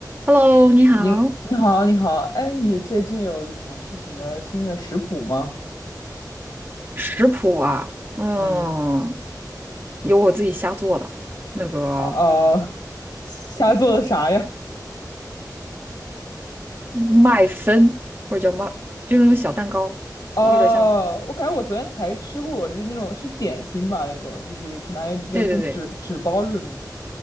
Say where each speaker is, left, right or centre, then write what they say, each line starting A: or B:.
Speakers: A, on the right (about 30°); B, on the left (about 75°).
A: Hello，你好。
B: 你你好，你好，哎，你最近有尝试什么新的食谱吗？
A: 食谱啊，嗯，
B: 嗯，
A: 有我自己瞎做的，那个
B: 啊，啊瞎做的啥呀？
A: 麦芬或者叫麦，就是那种小蛋糕，
B: <laughs> 哦，
A: 有点像。
B: 我感觉我昨天才吃过，就是那种是点心吧，那种就是可能还有层纸纸包着的那种。
A: 对对对